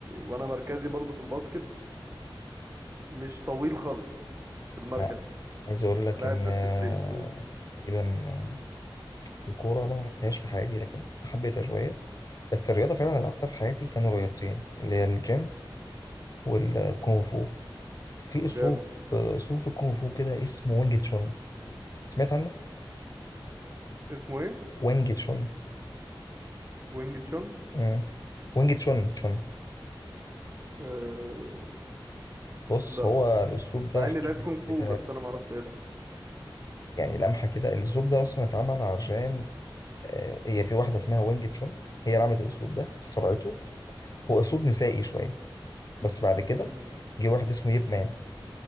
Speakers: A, on the right; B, on the left.
A: وأنا مركزي برضو في الباسكت مش طويل خالص في المركز
B: لا عايز اقول لك
A: بلاعب
B: ان
A: ناس
B: آه،
A: بالترين قول
B: تقريبا آه، الكوره ما لعبتهاش في حياتي لكن حبيتها شويه بس الرياضه فعلا اللي لعبتها في حياتي كانوا رياضتين اللي هي الجيم والكونغ فو في
A: جامد
B: اسلوب اسلوب في الكونغ فو كده اسمه وانج تشون سمعت عنه
A: اسمه ايه؟
B: وانج تشون
A: وينج تشونج؟
B: مم. وانج تشون تشون
A: أه...
B: بص
A: لا
B: هو الاسلوب ده
A: مع اني
B: احكي
A: لعبت
B: لك
A: كونغ فو
B: كده
A: بس انا ما اعرفش ايه ده
B: يعني لمحه كده الاسلوب ده اصلا اتعمل عشان آه، هي في واحده اسمها وانج تشون هي اللي عملت الاسلوب ده اخترعته هو اسلوب نسائي شويه بس بعد كده
A: امم
B: جه واحد اسمه ييب مان